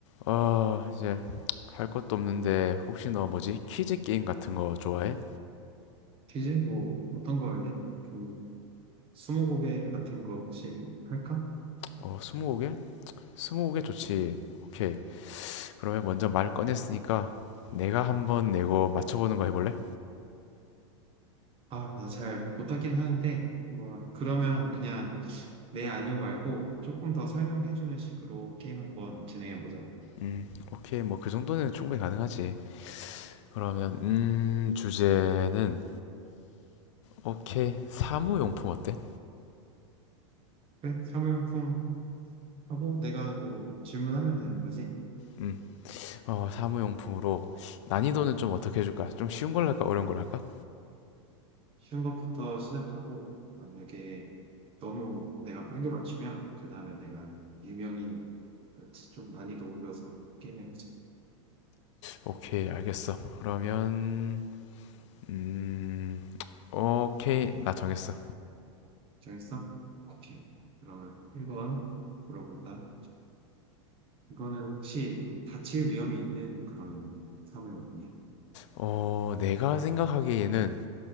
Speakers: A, on the left (about 70°); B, on the right (about 35°).
A: 아, 이제 할 것도 없는데 혹시 너 뭐지? 퀴즈 게임 같은 거 좋아해?
B: 퀴즈? 뭐, 어떤 거 할래? 그, 스무고개 같은 거 혹시 할까?
A: 어, 스무고개? 스무고개 좋지. 오케이. 그러면 먼저 말 꺼냈으니까 내가 한번 내고 맞춰보는 거 해볼래?
B: 아, 나 잘 못하긴 하는데, 뭐, 그러면 그냥 네, 아니요 말고 조금 더 설명해주는 식으로 게임 한번 진행해보자.
A: 음, 오케이. 뭐 그 정도는 충분히 가능하지. 그러면 음, 주제는 오케이. 사무용품 어때?
B: 그래? 사무용품 하고 내가 뭐 질문하면 되는 거지.
A: 음, 어, 사무용품으로 난이도는 좀 어떻게 해줄까? 좀 쉬운 걸로 할까? 어려운 걸로 할까?
B: 쉬운 것부터 시작하고, 만약에 너무 내가 빨리 맞추면, 그 다음에 내가 유명인, 좀 난이도 올려서 게임해보자.
A: 오케이, 알겠어. 그러면 음, 오케이. 나 정했어.
B: 정했어? 오케이. 그러면 1번 물어본다. 이거는 혹시 다칠 위험이 있는 그런 사무용품이?
A: 어, 내가 생각하기에는